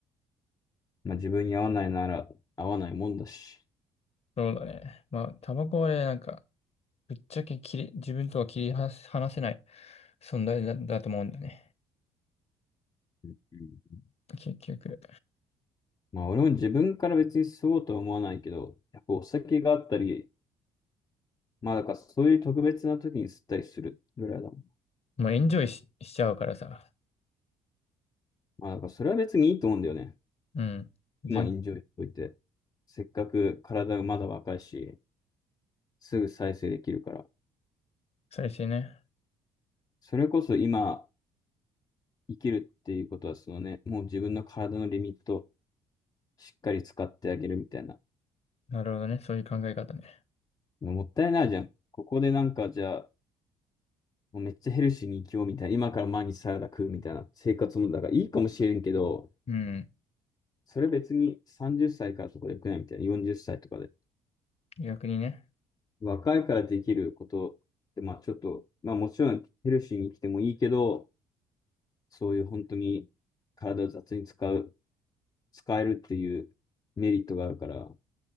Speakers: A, on the left; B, on the left.
A: まあ、自分に合わないなら合わないもんだし。
B: そうだね。まあ、タバコはね、なんか、ぶっちゃけ切り、自分とは切り離せ離せない存在だ、だと思うんだね。
A: うん
B: 結局。
A: まあ、俺も自分から別に吸おうとは思わないけど、やっぱお酒があったり、まあ、だからそういう特別な時に吸ったりするぐらいだもん。
B: もうエンジョイし、しちゃうからさ。
A: まあ、だからそれは別にいいと思うんだよね。
B: うん。全、
A: 今、エンジョイしといて。せっかく体がまだ若いし。すぐ再生できるから。
B: 再生ね。
A: それこそ今生きるっていうことは、そのね、もう自分の体のリミットをしっかり使ってあげるみたいな。
B: なるほどね。そういう考え方ね。
A: もったいないじゃん。ここでなんかじゃあ、もうめっちゃヘルシーに生きようみたいな。今から毎日サラダ食うみたいな生活もだからいいかもしれんけど、
B: うん。
A: それ別に30歳からとかでよくないみたいな。40歳とかで。
B: 逆にね。
A: 若いからできることって、まあちょっと、まあもちろんヘルシーに生きてもいいけど、そういう本当に体を雑に使う。使えるっていうメリットがあるから、